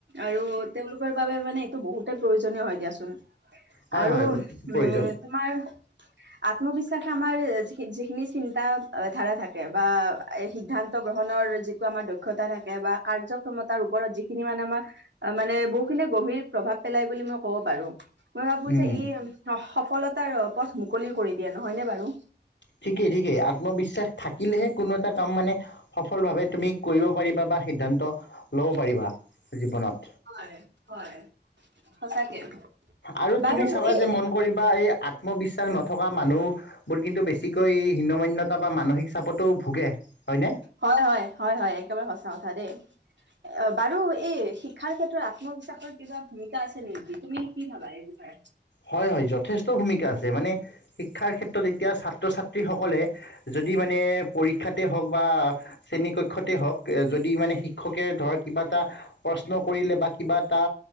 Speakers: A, on the right; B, on the left.
A: আৰু তেওঁলোক তেওঁলোকৰ বাবে মানে এইটো বহুতেই প্ৰয়োজনীয় হয় দিয়াচোন
B: হয়
A: আৰু
B: হয় অতি প্ৰয়োজন
A: উ তোমাৰ আত্মবিশ্বাসে আমাৰ যিখিনি চিন্তা ধাৰা থাকে বা সিদ্ধান্ত গ্ৰহণৰ যিটো আমাৰ দক্ষত থাকে বা কাৰ্যক্ষমতাৰ ওপৰত যিখিনি মানে আমাৰ মানে বহুখিনি গভীৰ প্ৰভাৱ পেলাই বুলি মই ক'ব পাৰো। মই ভাবো
B: উম
A: যে ই সফলতাৰ পথ মুকলি কৰি দিয়ে নহয়নে বাৰু।
B: ঠিকেই ঠিকেই আত্মবিশ্বাস থাকিলেহে কোনো এটা কাম মানে সফল ভাৱে তুমি কৰিব পাৰিবা বা সিদ্ধান্ত ল'ব পাৰিবা জীৱনত।
A: হয় হয় সঁচাকে।
B: আৰু
A: বাৰু
B: তুমি চাবা
A: এই
B: যে মন কৰিবা এই আত ত্মবিশ্বাস নথকা মানুহবোৰ কিন্তু বেছিকৈ হিন্যমান্যতা বা মানসিক চাপতো ভোগে। হয়নে?
A: হয় হয় হয় হয় একেবাৰে সচা কথা দে। অ বাৰু এই শিক্ষাৰ ক্ষেত্ৰত আত ত্মবিশ্বাসৰ কিবা ভূমিকা আছে নেকি তুমি কি ভাবা এই বিষয়ে।
B: হয়, হয়, যথেষ্ট ভূমিকা আছে। মানে, শিক্ষাৰ ক্ষেত্ৰত এতিয়া, ছাত্ৰ-ছাত্ৰীসকলে, য দি মানে, পৰীক্ষাতে হওঁক বা শ্ৰেণী কক্ষতে হওঁক, যদি মানে, শিক্ষকে ধৰ কিবা যদি এটা প্ৰশ্ন কৰিলে বা কিবা এটা,